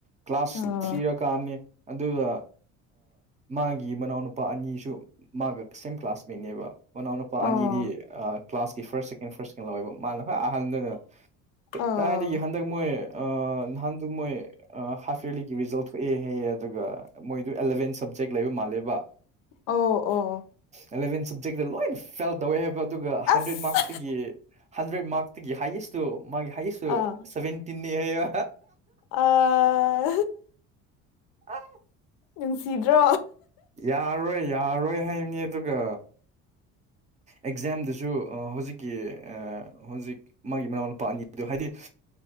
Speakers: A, on the right; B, on the left.
A: ꯀ꯭ꯂꯥꯁ
B: ꯑꯥ
A: ꯊ꯭ꯔꯤꯔ ꯀꯥꯑꯝꯃꯤ ꯑꯗꯨꯗ ꯃꯥꯒꯤ ꯃꯅꯥꯎꯅꯨꯄꯥ ꯑꯅꯤꯁꯨ ꯃꯥꯒ ꯁꯦꯝ ꯀ꯭ꯂꯥꯁꯃꯦꯠꯅꯦꯕ ꯃꯅꯥꯎꯅꯨꯄꯥ
B: ꯑꯣ
A: ꯑꯅꯤꯗꯤ ꯀ꯭ꯂꯥꯁꯀꯤ ꯐꯥꯔꯁ ꯁꯦꯀꯦꯟ ꯐꯥꯔꯁꯀꯦꯟ ꯂꯧꯋꯦꯕ ꯃꯥꯅ ꯍ ꯑꯍꯥꯟꯕꯗꯨꯅ
B: ꯑꯥ
A: ꯀꯥꯏꯗꯒꯤ ꯍꯟꯗꯛ ꯃꯣꯏ ꯅꯍꯥꯟꯗꯨ ꯃꯣꯏ ꯍꯥꯐ ꯌꯔꯂꯤꯒꯤ ꯔꯤꯖꯜ ꯊꯣꯛꯑꯦ ꯍꯦꯛꯑ ꯑꯗꯨꯒ ꯃꯣꯏꯗꯨ ꯑꯦꯂꯚꯦꯟ ꯁꯞꯖꯦꯛ ꯂꯩꯕ ꯃꯥꯜꯂꯦꯕ
B: ꯑꯣ ꯑꯣ
A: ꯑꯦꯂꯚꯦꯟ ꯁꯕꯖꯦꯛꯇ ꯂꯣꯏꯅ ꯐꯦꯜ ꯇꯧꯋꯦ ꯍꯥꯏꯕ ꯑꯗꯨꯒ ꯍꯟꯗ꯭ꯔꯦꯗ
B: ꯑꯁ
A: ꯃꯥꯔꯛꯇꯒꯤ ꯍꯟꯗ꯭ꯔꯦꯗ ꯃꯥꯔꯛꯇꯒꯤ ꯍꯥꯏꯌꯦꯁꯇꯨ ꯃꯥꯒꯤ ꯍꯥꯏꯌꯦꯁꯇꯨ
B: ꯑꯥ
A: ꯁꯕꯦꯟꯇꯤꯦ ꯍꯥꯏꯌꯦ
B: ꯑꯥ
A: ꯑ
B: ꯅꯨꯡꯁꯤꯗ꯭ꯔꯣ
A: ꯌꯥꯔꯣꯏ ꯌꯥꯔꯣꯏ ꯍꯥꯏꯕꯅꯤ ꯑꯗꯨꯒ ꯑꯦꯛꯖꯥꯝꯗꯁꯨ ꯍꯧꯖꯤꯛꯀꯤ ꯍꯧꯖꯤꯛ ꯃꯥꯒꯤ ꯃꯅꯥꯎꯅꯨꯄꯥ ꯑꯅꯤꯗꯨ ꯍꯥꯏꯗꯤ